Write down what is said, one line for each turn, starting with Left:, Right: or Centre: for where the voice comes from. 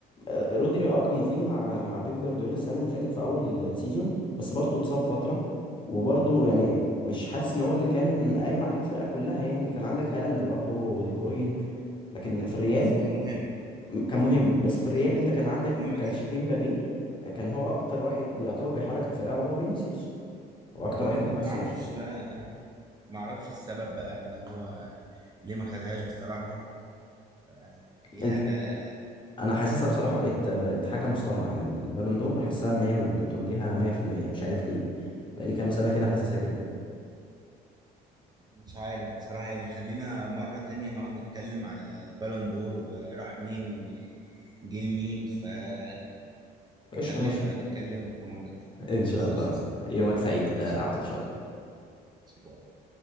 Left: آه، رودري اه كان مفيد مع مع بيب جوارديولا السنه اللي فاتت في اول ال- السيزون بس برضه اتصاب فتره وبرضه يعني مش حاسس ان هو اللي كان قايم عليه الفرقه كلها يعني كان عندك هالاند برضه ودي بروين لكن في الريال
Right: بس كان مهم
Left: م- كان مهم بس في الريال
Right: كان
Left: انت كان عندك
Right: كان مهم
Left: كانش
Right: جدا
Left: فيه مبابي كان هو اكتر واحد بيعتبر بيحرك الفرقه هو فينيسيوس هو اكتر
Right: هو
Left: واحد
Right: مو
Left: مؤثر
Right: ما اعرفش بقى ما اعرفش السبب بقى ان هو ليه ما خدهاش بصراحة يعني دي
Left: انت
Right: حاجة
Left: انا حاسسها بصراحه بقت بقت حاجه مصطنعه يعني البالون دور بحسها ان هي متوجهه 100% مش عارف ليه بقالي كام سنه كده حاسسها كده
Right: مش عارف بصراحة يعني خلينا مرة تانية نقعد نتكلم على البالون دور وراح مين وجه مين فخلينا
Left: قشطه
Right: نبقى
Left: ماشي
Right: نتكلم في مرة تانية
Left: ان
Right: خلاص
Left: شاء الله
Right: قشطة
Left: يومك سعيد
Right: ماشي
Left: يا عبد
Right: يلا
Left: ان شاء الله
Right: باي.